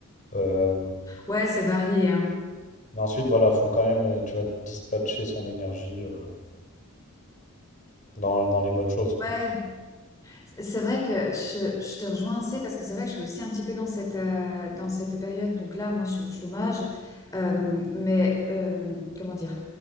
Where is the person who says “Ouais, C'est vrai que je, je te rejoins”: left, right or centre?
Left